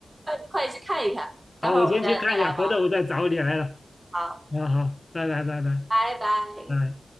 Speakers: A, on the right; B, on the left.
A: 快去看一看。待会儿我们再再来
B: 好，我先去看一下，回头我再找你来了。
A: 玩啊，
B: 啊，好，拜拜拜拜
A: 拜拜。
B: 拜。